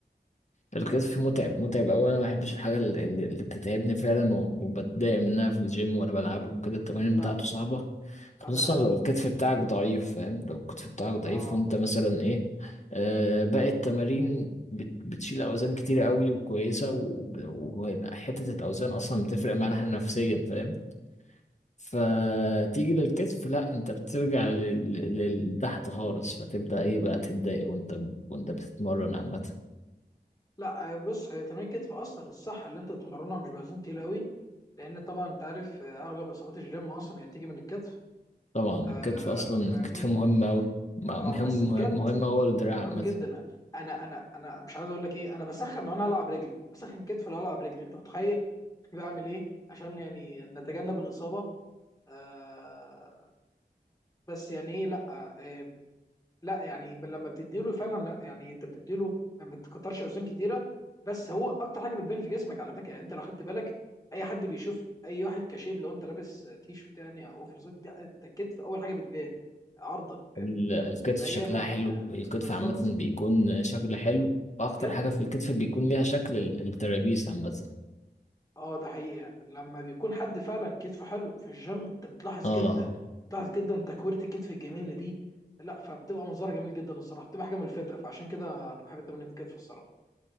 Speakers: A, on the left (about 45°); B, on the left (about 20°).
A: الكتف متعب متعب أوي أنا ما بحبش الحاجة اللي, اللي اللي بتتعبني فعلا و- وبتضايق منها في الجيم وأنا بلعبه وكده التمارين
B: لا
A: بتاعته صعبة خصوصا
B: انا
A: لو الكتف بتاعك ضعيف فاهم لو الكتف بتاعك ضعيف
B: اه
A: وأنت مثلا إيه آه باقي التمارين بت بتشيل أوزان كتيرة أوي وكويسة وب- وحتة الأوزان أصلا بتفرق معانا إحنا نفسيا فاهم فتيجي للكتف لا انت بترجع لل- لل- لتحت خالص فتبدأ ايه بقى تتضايق وانت وانت بتتمرن عامة
B: لا آه، بص هي تمرين الكتف اصلا الصح اللي انت تتمرنها مش باوزان تقيله قوي لان طبعا انت عارف آه، اغلب اصابات الجيم اصلا هي بتيجي من الكتف
A: طبعا
B: آه
A: الكتف اصلا
B: فاهمني
A: الكتف مهم اوي مهم
B: اه بس بجد
A: مهم هو الدراع
B: مهم
A: عامه
B: جدا انا انا انا مش عايز اقول لك ايه انا بسخن لو انا هلعب رجلي بسخن كتف لو هلعب رجلي انت متخيل بعمل ايه عشان يعني نتجنب الاصابه آه بس يعني ايه لا آه، لا يعني ب- لما بتديله فعلا لا يعني انت بتديله ما بتكترش اوزان كتيره بس هو اكتر حاجه بتبان في جسمك على فكره يعني انت لو خدت بالك اي حد بيشوف اي واحد كشيب لو انت لابس تي شيرت يعني او اوفر سايز لا انت الكتف اول حاجه بتبان عرضك فاهمني
A: ال- الكتف
B: فهي
A: شكلها
B: من
A: حلو
B: آه،
A: الكتف
B: بالظبط
A: عامه بيكون شكل حلو واكتر
B: فبجد
A: حاجه في الكتف بيكون ليها شكل ال- الترابيس عامه
B: اه ده حقيقه لما بيكون حد فعلا كتفه حلو في الجيم انت بتلاحظ
A: اه
B: جدا بتلاحظ جدا تكويره الكتف الجميله دي لا فبتبقى منظره جميل جدا الصراحه بتبقى حاجه ملفته فعشان كده انا بحب تمرين الكتف الصراحه